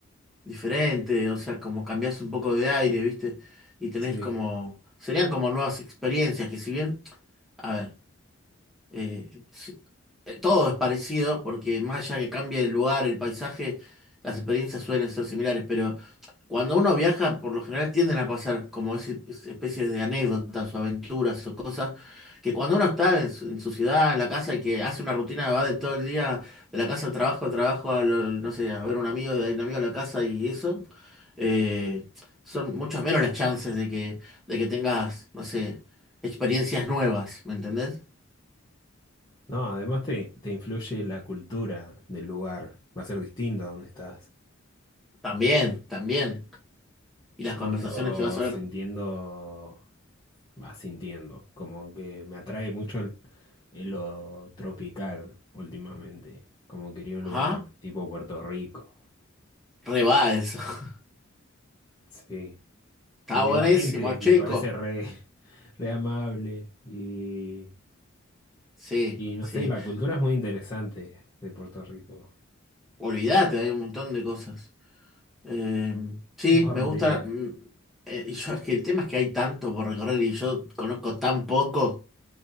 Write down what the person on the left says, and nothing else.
Sí.
No, además te, te influye la cultura del lugar. Va a ser distinta donde estás.
Yo
ando
sintiendo,
va sintiendo, como que me atrae mucho el- el lo tropical últimamente. Como quería un
lugar tipo Puerto Rico.
Sí.
Porque
la gente me
parece re, <laughs> re amable y,
y no
sé, la cultura es muy interesante de Puerto Rico.
¿Vos a
dónde
irías?